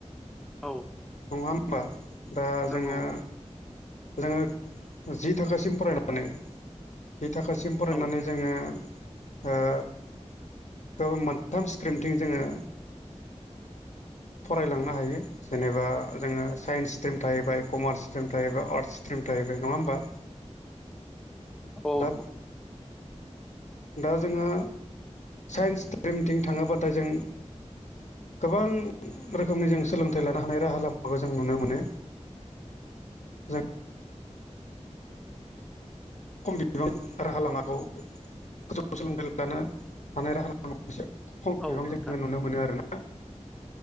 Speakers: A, in the centre; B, on the left.
A: औ
B: नङा होमबा दा
A: नंगौ
B: जोङो जोङो जि थाखासिम फरायनानै जि थाखासिम फरायनानै
A: औ
B: जोङो ओ गोबां मोनथाम स्ट्रिमथिं जोङो फरायलांनो हायो जेनेबा जोङो साइन्स स्ट्रिम थाहैबाय कमार्स स्ट्रिम थाहैबाय आर्टस स्ट्रिम थाहैबाय नङा होनबा
A: औ
B: दा
A: नंगौ
B: दा जोंहा साइन्स स्ट्रिमथिं थाङोब्लाथाय जों गोबां रोखोमनि जों सोलोंथाइ लानो हानाय राहा लामाखौ जों नुनो मोनो जों खम बिबां राहा लामाखौ गोजौ सोलोंथाइ लानो हानाय राहालामाखौ एसे खम
A: औ नोंथां
B: जोङो नुनो मोनो आरोना